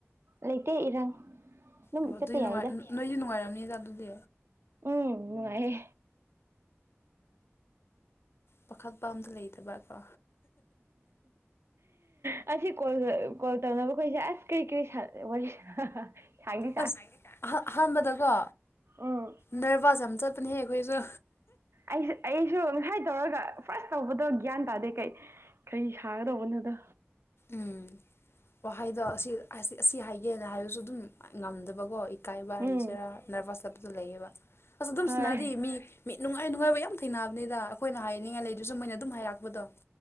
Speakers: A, on the right; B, on the left.
A: ꯂꯩꯇꯦ ꯏꯔꯥꯡ ꯑꯗꯨꯝ
B: ꯑꯣ ꯑꯗꯨꯏꯅꯨꯡꯉꯥꯏ
A: ꯆꯠꯄ ꯌꯥꯏꯗ
B: ꯅꯣꯏꯁꯨ ꯅꯨꯡꯉꯥꯏꯔꯝꯅꯤꯖꯥ ꯑꯗꯨꯗꯤ
A: ꯎꯝ ꯅꯨꯡꯉꯥꯏꯌꯦ
B: ꯄꯥꯈꯠꯄ ꯑꯝꯇ ꯂꯩꯇꯕꯀꯣ
A: ꯑꯁꯤ ꯀꯣꯜ ꯀꯣꯜ ꯇꯧꯅꯕ ꯈꯣꯏꯁꯦ ꯑꯁ ꯀꯔꯤ ꯀꯔꯤ ꯁꯥ ꯋꯥꯔꯤ ꯁꯥ ꯁꯥꯡꯗꯤ
B: ꯑꯁ ꯑꯍꯥ ꯑꯍꯥꯟꯕꯗꯀꯣ
A: ꯎꯝ
B: ꯅꯔꯕꯥꯖ ꯌꯥꯝ ꯆꯠꯄꯅꯦꯍꯦ ꯑꯈꯣꯏꯁꯨ
A: ꯑꯩꯁꯨ ꯑꯩꯁꯨ ꯉꯁꯥꯏ ꯇꯧꯔꯒ ꯐꯥꯔꯁ ꯇꯧꯕꯗꯣ ꯒ꯭ꯌꯥꯟ ꯇꯥꯗꯦ ꯀꯩ ꯀꯔꯤ ꯁꯥꯒꯗꯧꯕꯅꯣꯗꯣ
B: ꯎꯝ ꯋꯥꯍꯩꯗ ꯑꯁꯤ ꯑꯁꯤ ꯍꯥꯏꯒꯦꯅ ꯍꯥꯏꯕꯁꯨ ꯑꯗꯨꯝ ꯉꯝꯗꯕꯀꯣ ꯏꯀꯥꯏꯕ ꯍꯥꯏꯁꯦꯔꯥ
A: ꯎꯝ
B: ꯅꯔꯚꯁ ꯆꯠꯄꯁꯨ ꯂꯩꯌꯦꯕ ꯑꯁ ꯑꯗꯨꯝ
A: ꯍꯣꯏ
B: ꯁꯅꯔꯗꯤ ꯃꯤ ꯃꯤꯠ ꯅꯨꯡꯉꯥꯏ ꯉꯥꯏ ꯅꯨꯡꯉꯥꯏꯕ ꯌꯥꯝ ꯊꯦꯡꯅꯕꯅꯤꯗ ꯑꯩꯈꯣꯏꯅ ꯍꯥꯏꯅꯤꯡꯉꯥꯏ ꯂꯩꯇꯔ꯭ꯁꯨ ꯃꯣꯏꯅ ꯑꯗꯨꯝ ꯍꯥꯏꯔꯛꯄꯗꯣ